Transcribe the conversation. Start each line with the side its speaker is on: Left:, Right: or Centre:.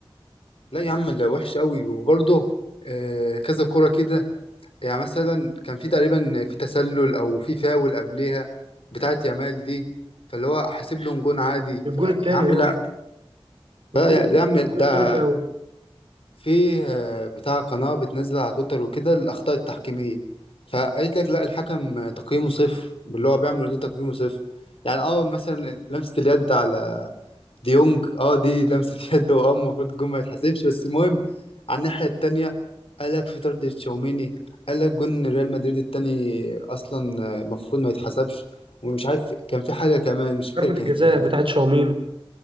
Left: لا يا عم لا وحش قوي وبرضه آه كذا كرة كده يعني مثلا كان في تقريبا في تسلل او في فاول قبليها بتاعت يامال دي فاللي هو حاسب لهم جون عادي
Right: الجون
Left: ف... يا
Right: الثاني
Left: عم
Right: اه
Left: لا
Right: الجون
Left: لا يا لا يا عم
Right: الجون
Left: ده
Right: الثاني فاول
Left: في آه، بتاع قناة بتنزل على تويتر وكده الأخطاء التحكيمية فقالت لك لا الحكم تقييمه صفر اللي هو بيعمل ده تقييمه صفر يعني اه مثلا لمسة اليد على ديونج اه دي لمسة يد واه المفروض الجون ما يتحسبش بس المهم على الناحية التانية قالك في طرد تشاوميني قالك جون ريال مدريد التاني أصلا آه، المفروض ما يتحسبش ومش عارف كان في حاجة كمان مش فاكر
Right: ضربه
Left: كانت
Right: الجزاء
Left: ايه
Right: بتاعت شاومين